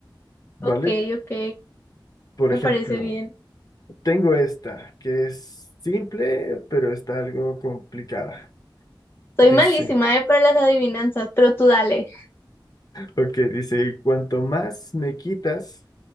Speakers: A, on the left; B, on the left.
A: ¿Vale?
B: Ok, ok,
A: Por
B: me
A: ejemplo,
B: parece bien.
A: tengo esta, que es simple, pero está algo complicada.
B: Soy
A: Dice,
B: malísima, eh, para las adivinanzas, pero tú dale.
A: ok, dice, cuanto más me quitas,